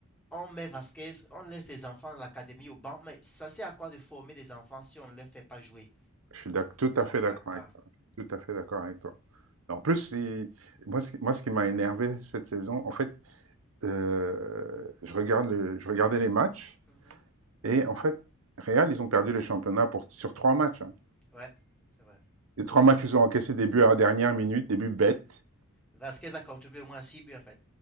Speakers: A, in the centre; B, on the right.
A: On met Vasquez. On laisse les enfants de l'académie au banc. Mais ça sert à quoi de former des enfants si on ne les fait pas jouer?
B: Je suis d'ac- tout à
A: Ça
B: fait
A: sert
B: d'accord
A: à quoi?
B: avec toi. Tout à fait d'accord avec toi. En plus, il- moi, ce qui, moi, ce qui m'a énervé cette saison, en fait, euh, je regarde le- je regardais les matchs
A: Mhm.
B: et en fait, Real, ils ont perdu le championnat pour, sur trois matchs. hein.
A: Ouais, c'est vrai.
B: Les trois matchs, ils ont encaissé des buts à la dernière minute, des buts bêtes.
A: Vasquez a contribué au moins 6 buts en fait.